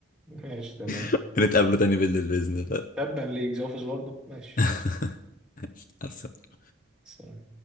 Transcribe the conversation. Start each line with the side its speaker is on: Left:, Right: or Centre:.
Centre: ماشي تمام
Left: <laughs> نتقابلوا تاني بالليل باذن الله
Centre: تبا ليك زوفس برضه ماشي
Left: <laughs> مع السلامة.
Centre: بس